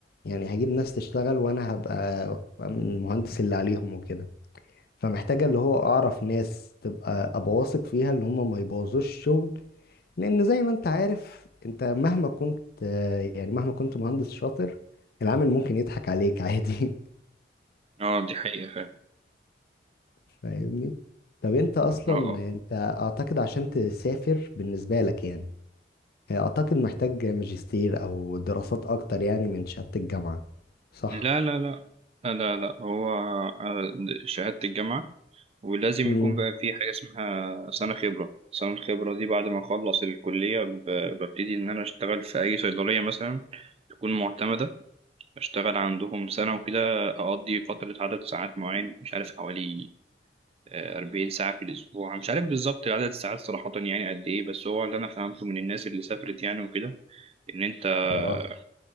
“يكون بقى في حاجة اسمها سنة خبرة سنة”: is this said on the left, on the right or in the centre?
Right